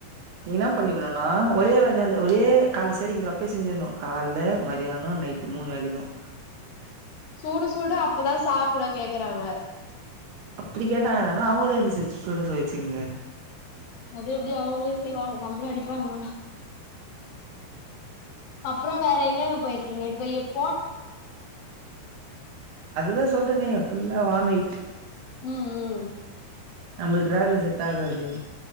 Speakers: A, on the right; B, on the left.
A: நீ என்ன பண்ணிணுனா ஒரே வேலலல்ல ஒரே கால்ல சரின்றோ அப்புயே செஞ்சிணு கால்ல மதியானோ நைட்டு மூண் வேலைக்கும்
B: சூடுஸ் சூட அப்பதா சாப்புட கேக்குறாங்க
A: அப்டி கேட்டாங்கலனா அவுங்களே வந்து செய் சுட சொல் வைச்சுங்க
B: அது எப்டி அவங்களே செய்வாங்க நம்ள அடிப்பாங்க அப்புறோ வேற எங்கெங்க பொயிருக்கீங்க இப்ப இப்
A: அதுதா சொல்றனே ஃபுல்லா வாமிட்
B: ம் ம்
A: நம்ளு டிராவ்விங் செட் ஆகாது